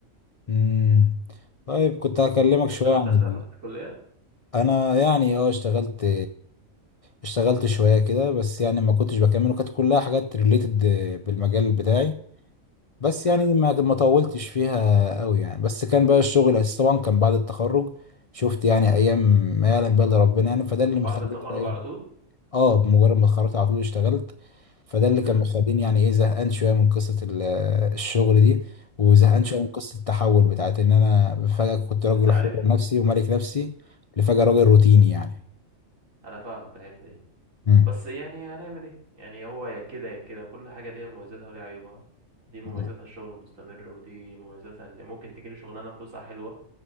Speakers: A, on the left (about 60°); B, on the right (about 70°).
A: امم طيب كنت هكلمك
B: انت اشتغلت
A: شويه عن
B: اثناء
A: ال...
B: فتره الكليه
A: انا يعني اه اشتغلت اشتغلت شويه كده بس يعني ما كنتش بكمل وكانت كلها حاجات ريليتد بالمجال بتاعي بس
B: امم
A: يعني ما ما طولتش فيها قوي يعني بس كان بقى الشغل الاساسي طبعا كان بعد التخرج شفت يعني ايام ما يعلم بقى إلا ربنا يعني فده اللي
B: بعد
A: مخليني
B: التخرج
A: بقى ايه
B: على طول
A: اه بمجرد ما اتخرجت على طول اشتغلت فده اللي
B: امم
A: كان مخليني يعني ايه زهقان شويه من قصه ال- آه، الشغل دي وزهقان
B: امم
A: شويه من قصه التحول بتاعت ان انا فجاه كنت راجل
B: انت عارف
A: حر نفسي وملك نفسي
B: مم.
A: لفجاه راجل روتيني يعني
B: انا فاهمك الحته دي
A: مم.
B: بس يعني هنعمل ايه يعني هو يا كده يا كده كل حاجه ليها مميزاتها وليها عيوبها دي مميزاتها
A: مم.
B: الشغل المستمر ودي مميزاتها ان ممكن تجيلي شغلانه فلوسها حلوه